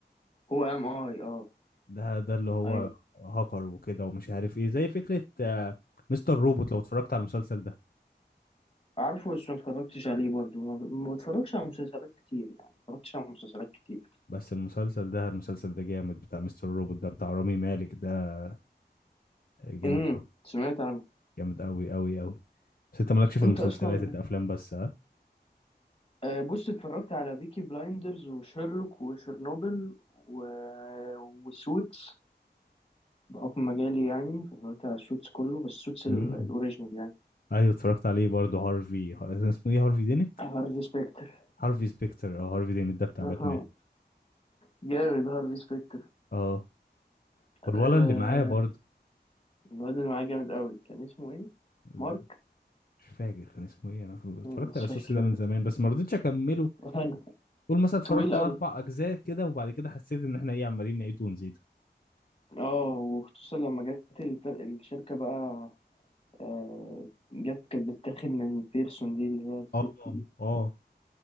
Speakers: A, on the left (about 30°); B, on the left (about 55°).
A: هو ام اي اه
B: ده ده اللي هو
A: ايوه
B: هاكر وكده ومش عارف ايه زي فكرة آه، مستر روبوت لو اتفرجت على المسلسل ده
A: عارفه بس ما اتفرجتش عليه برضه ما ما بتفرجش على مسلسلات كتير يعني ما اتفرجتش على مسلسلات كتير
B: بس المسلسل ده المسلسل ده جامد بتاع مستر روبوت ده بتاع رامي مالك ده جامد
A: امم
B: قوي
A: سمعت عنه
B: جامد قوي قوي قوي بس انت مالكش في
A: انت
B: المسلسلات
A: اصلا
B: انت افلام بس ها
A: آه، بص اتفرجت على بيكي بلايندرز وشيرلوك وشيرنوبل و... وسوتس بحكم مجالي يعني فاتفرجت على السوتس كله بس السوتس ال-
B: امم
A: الاوريجينال يعني
B: ايوه اتفرجت عليه برضه هارفي ه- اسمه ايه هارفي دينت
A: هارفي سبيكتر
B: هارفي سبيكتر او هارفي دينت
A: <laughs>
B: ده بتاع
A: اها
B: باتمان
A: جامد هارفي سبيكتر
B: اه والولد
A: آه
B: اللي معايا برضه
A: الواد اللي معاه جامد قوي كان اسمه ايه
B: لا
A: مارك
B: مش فاكر كان اسمه ايه انا اتفرجت
A: مم، مش
B: على سوسي
A: فاكر
B: ده من زمان بس ما رضيتش اكمله
A: <laughs> انا
B: قول مثلا اتفرجت
A: طويل
B: على
A: قوي
B: اربع اجزاء كده وبعد كده حسيت ان احنا ايه عمالين نعيد ونزيد
A: اه وخصوصا لما جت الف- الشركة بقى آه جت كانت بتتاخد من بيرسون دي اللي هي الست
B: اه
A: دي
B: اه